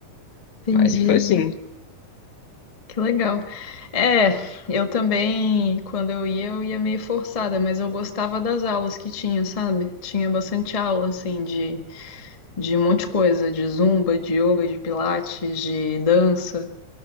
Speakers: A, on the left; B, on the left.
A: Entendi.
B: Mas foi assim.
A: Que legal. É, eu também, quando eu ia, eu ia meio forçada, mas eu gostava das aulas que tinha, sabe? Tinha bastante aula, assim, de, de um monte de coisa, de zumba, de yoga, de pilates, de dança.